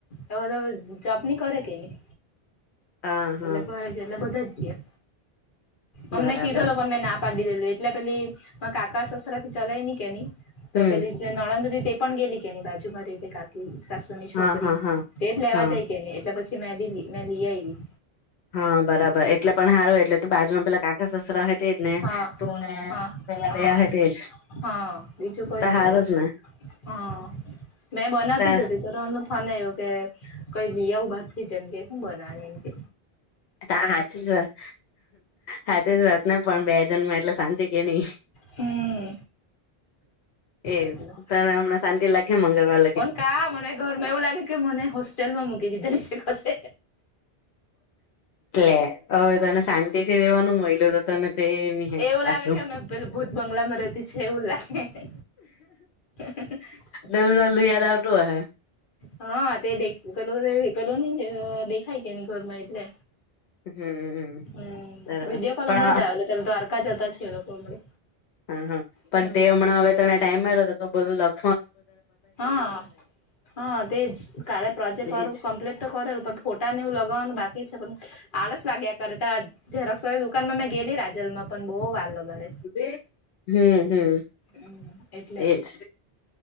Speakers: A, on the left; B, on the left.
A: એ વ તે જોબ ની કરે કેની
B: હા હા
A: એટલે ઘરે જ એટલે બધા જ ગયા અમને
B: બરાબર
A: કીધો લોકો મે પાડી દીધેલી એટલે પેલી મારા કાકા સસરાથી ચલાય ને કેની તો
B: હમ
A: પેલી જે નણંદ રી તે પણ ગેઇલી કે એની બાજુમાં રહેયી તે કાકી સાસુ ની છોકરી
B: હા હા હા
A: તેજ લેવા
B: હા
A: જાય. એટલે પછી મેં બી મે બી લી આઈ વી.
B: હા બરાબર એટલે પણ હારુ એટલે તો બાજુમાં પેલા કાકા સસરા હોય તેજ ને
A: હા
B: તને
A: હા
B: પેલા
A: હા
B: બે અહે તેજ
A: હા બીજું કોઈ
B: ત
A: નઈ
B: હારું
A: બોલે
B: જ ને
A: હા મેં બનાવતી
B: ત
A: જ હતી. એમનો ફોન આવ્યો કે કઈ લીયાવુ બાર થી જેમ કે શું બનાની એમકે
B: તા હાચી જ વાત હાચી જ વાત ને પણ બેજન માં એટલે શાંતિ કે નહી
A: હમ
B: એજ
A: એટલે
B: ત હમણાં શાંતિ લાગે મંગલવા
A: પણ કા મને ઘરમાં એવું લાગે કે મને હોસ્ટેલમાં મૂકી દીધાલી છે કશે
B: એટલે હવે તને શાંતિ થી રેવાનું મયલુ તો તને તે નહી
A: એવું લાગે
B: પાછું
A: કે અ મે પેલુ ભૂત બંગલામાં રહેતી છે એવું લાગે હે હે હે
B: નાલ્લું- નાલ્લું યાદ આવતું હએ.
A: હા તે દેખ પે પેલો ની દેખાય કે ની ઘરમાં એટલે
B: હમ
A: હમ
B: બરાબર
A: વિડીયો કોલ
B: પણ
A: હમણાં જ આવેલો ત્યારે દ્વારકા જતા છે એ લોકો હમણે
B: હા હા પણ
A: હમ
B: તે હમણાં હવે તને ટાઈમ મળ્યો તો તો બધું લખ
A: હા હા તેજ કાલે પ્રોજેક્ટ વાળું
B: એજ
A: કમ્પ્લીટ તો કરેલુ પણ ફોટ ટાને એવુ લગાવવાનું બાકી છે પણ. આળસ લાગ્યા કરે. તા ઝેરોક્ષવાળી દુકાનમાં મે ગેયલી રાજલમાં પણ બહુ વાર લગાડે.
B: <inaudible> હમ હમ
A: હમ એટલે
B: એજ